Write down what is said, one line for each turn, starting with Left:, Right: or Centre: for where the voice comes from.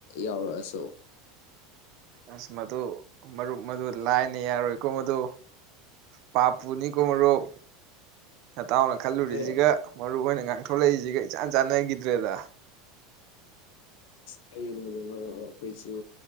Left: ꯌꯥꯎꯔꯛꯑꯁꯨ꯫
Right: ꯑꯁ ꯃꯗꯨ ꯃꯔꯨꯞ ꯃꯗꯨ ꯂꯥꯏꯅ ꯌꯥꯔꯣꯏꯀꯣ ꯃꯗꯨ ꯄꯥꯞꯄꯨꯅꯤꯀꯣ ꯃꯔꯨꯞ꯫ ꯅꯇꯥꯎꯅ ꯈꯜꯂꯨꯔꯤꯁꯤꯒ
Left: ꯍꯣꯏ
Right: ꯃꯔꯨꯞ ꯍꫭꯏꯅ ꯉꯥꯡ꯫ ꯊꯣꯛꯂꯛꯏꯁꯤꯒ ꯏꯆꯥꯟ ꯆꯥꯟꯅꯈꯤꯗ꯭ꯔꯦꯗ꯫
Left: ꯀꯔꯤꯅꯣꯅꯦ ꯃꯔꯨꯞ ꯑꯩꯈꯣꯏꯁꯨ